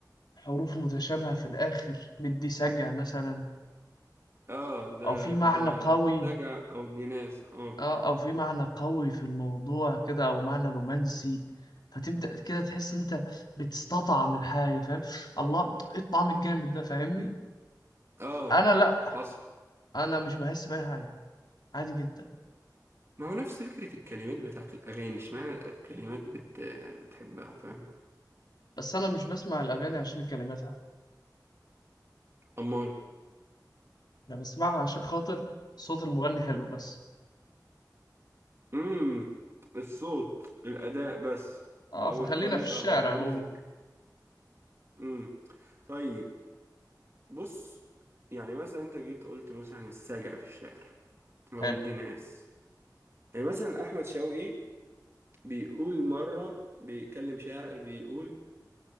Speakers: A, on the left; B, on the right.
A: حروف متشابهة في الاخر بدي سجع مثلا
B: اه ده
A: او في معنى
B: ده
A: قوي
B: رجع او الجناس اه
A: اه او في معنى قوي في الموضوع كده او معنى رومانسي فتبدأ كده تحس انت بتستطعم الحاجة فاهم الله ايه الطعم الجامد ده فاهمني
B: اه
A: انا لا
B: حصل
A: انا مش بحس بأي حاجة عادي جدا
B: ما هو نفس فكره الكلمات بتاعت الاغاني اشمعنى الكلمات بت... بتحبها فاهم
A: بس انا مش بسمع الاغاني عشان كلماتها
B: امال
A: انا بسمعها عشان خاطر صوت المغني حلو بس
B: امم الصوت الأداء بس
A: اه
B: أو
A: فخلينا
B: الطريقة
A: في الشعر
B: أو الميوزك
A: عموما
B: امم طيب بص يعني مثلا أنت جيت قلت مثلا السجع في الشعر أو
A: حلو
B: الجناس يعني مثلا أحمد شوقي بيقول مرة بيكلم شاعر بيقول